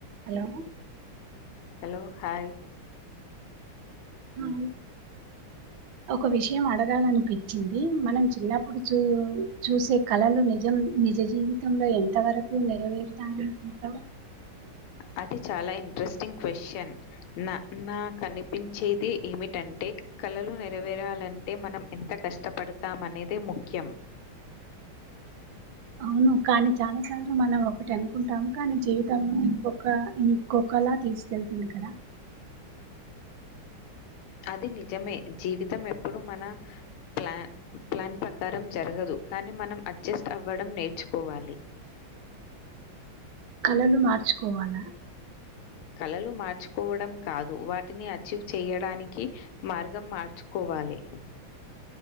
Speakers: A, on the right; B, on the left.
A: Hello
B: hello hi
A: ఆ ఒక విషయం అడగాలనిపించింది మనం చిన్నప్పుడు చూ చూసే కళలు నిజం నిజ జీవితంలో ఎంత వరకు నెరవేరుతాయనికుంటాం
B: అది చాలా ఇంట్రెస్టింగ్ క్వశ్చన్ నా నాకునిపించేది ఏమిటంటే కళలు నెరవేరాలంటే మనం ఎంత కష్టపడతామ అనేది ముఖ్యం
A: అవును కానీ చాలా సార్లు మనం ఒకటి అనుకుంటాము కానీ జీవితం ఇంకొక ఇంకొకలా తీసుకెళ్తుంది కదా
B: అది నిజమే జీవితం ఎప్పుడు మన ప్లాన్ ప్లాన్ ప్రకారం జరగదు కానీ మనం అడ్జస్ట్ అవ్వడం నేర్చుకోవాలి
A: కళలు మార్చుకోవాల
B: కళలు మార్చుకోవడం కాదు వాటిని అచీవ్ చేయడానికి మార్గం మార్చుకోవాలి